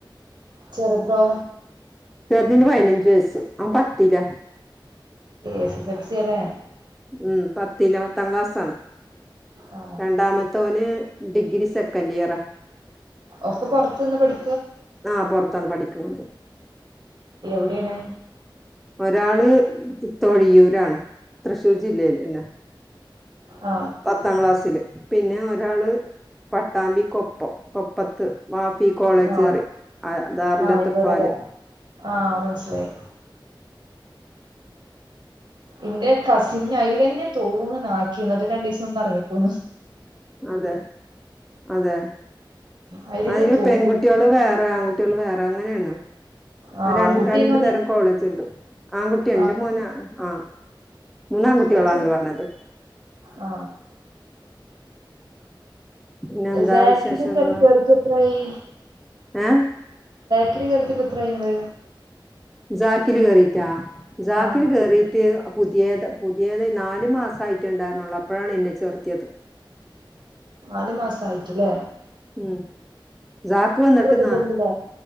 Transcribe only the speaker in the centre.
ന് പതിനഞ്ച് വയസ്സ് അവൻ പത്തിലാ
ഉം പത്തില്ല പത്താം ക്ലാസ്സണ്
രണ്ടാമത്തോന് ഡിഗ്രി സെക്കൻഡ് ഇയറാ
ആ പുറത്താണ് പഠിക്കണത്
ഒരാള് തൊഴിയൂരാണ് തൃശ്ശൂർ ജില്ലേൽ ന്നെ
പത്താം ക്ലാസില് പിന്നെ ഒരാള് പട്ടാമ്പി കൊ പ്പം കൊപ്പത്ത് മാഫി കോളേജ്
പറിം ആ ദാറുൽ
അത്ഫാല്
അതെ അതെ
അതില്
പെൺകുട്ടികള് വേറെ ആൺകുട്ടികൾ വേറെ അങ്ങനെയാണ്
ര
രണ്ടു തരം കോളേജ് ഉണ്ട് ആൺകുട്ടിയാണ്
ഇന്റെ മോന് ആ മൂന്നാംകുട്ടികളാണല്ലോ
പറഞ്ഞത്
പിന്നെ എന്താ
വിശേഷങ്ങള്
ഏ
ജാക്കില് കേറിട്ടോ ജാക്കില്
കേറീട്ട് പുതിയത് പുതിയത് നാല് മാസയിട്ടുണ്ടായിരുന്നുള്ളൂ അപ്പോഴാണ് ഇന്നെ ചേർത്തിയത്
ഉം സാക്ക് വന്നിട്ട്ന്നാ